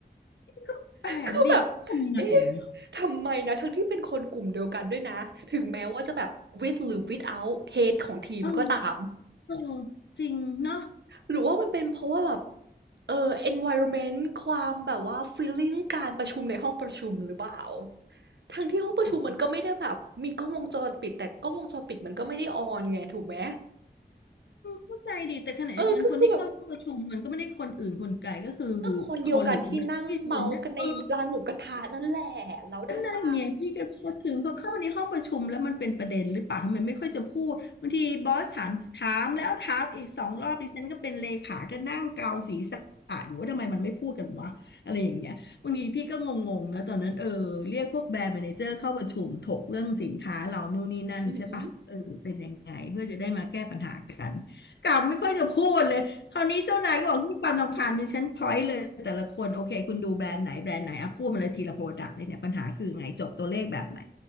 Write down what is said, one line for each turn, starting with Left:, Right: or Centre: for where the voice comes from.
Left: ก็แปลกดิทำไงเนี่ย
Right: คือแบบเอ๊ะทำไมนะทั้งที่เป็นคนกลุ่มเดียวกันด้วยนะ ถึงแม้ว่าจะแบบ with หรือ without hate ของทีมก็ตาม
Left: อืม เออจริงเนาะ
Right: หรือว่ามันเป็นเพราะว่าแบบเออ environment ความแบบว่า feeling การประชุมในห้องประชุมหรือเปล่าทั้งที่ห้องประชุมมันก็ไม่ได้แบบมีกล้องวงจรปิดแต่กล้องวงจรปิดมันก็ไม่ได้ออนไงถูกไหม
Left: อ๋อเข้าใจดีแต่ขณะเดียวกันคนที่เข้าร่วมประชุมมันก็ไม่ได้คนอื่นคนไกลก็คือ
Right: เออก็คือแบบก็คนเดียวกันที่นั่งเมาส์กันในร้านหมูกระทะนั่นแหละแล้วทำไม
Left: คอลิกนะที่อยู่เนี่ยเออ ก็นั่นเนี่ยพี่ก็พูดถึงพอเข้ามาในห้องประชุมแล้วมันเป็นประเด็นหรือเปล่าทำไมไม่ค่อยจะพูดบางทีบอสถามถามแล้วถามอีกสองรอบดิฉันก็เป็นเลขาก็นั่งเกาศีรษะอยู่ว่าทำไมมันไม่พูดกันวะอะไรอย่างเงี้ยบางทีพี่ก็งงๆนะตอนนั้นเออเรียกพวกแบรนด์แมเนเจอร์เข้าประชุมถกเรื่องสินค้าเรานู่นนี่นั่นใช่ปะเออเป็นยังไงเพื่อจะได้มาแก้ปัญหากันกลับไม่ค่อยจะพูดเลย
Right: อืม
Left: คราวนี้เจ้านายก็บอกที่ความรำคาญมีฉันพอยต์เลยแต่ละคนโอเคคุณดูแบรนด์ไหนแบรนด์ไหนอ่ะพูดมาเลยทีละโปรดักต์เลยเนี่ยปัญหาคือไงจบตัวเลขแบบไหน